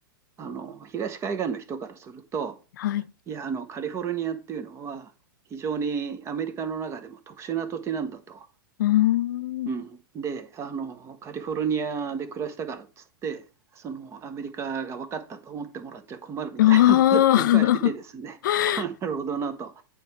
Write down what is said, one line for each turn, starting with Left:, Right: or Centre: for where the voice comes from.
Right: あの、東海岸の人からすると、
Left: はい。
Right: いや、あの、カリフォルニアっていうのは、非常にアメリカの中でも特殊な土地なんだと。
Left: うーん。
Right: うん、で、あの、カリフォルニアで暮らしたからっつって、そのアメリカが分かったと思ってもらっちゃ困るみたいなことを言われてですね、
Left: ああ。<laughs>
Right: <laughs> あなるほどなと。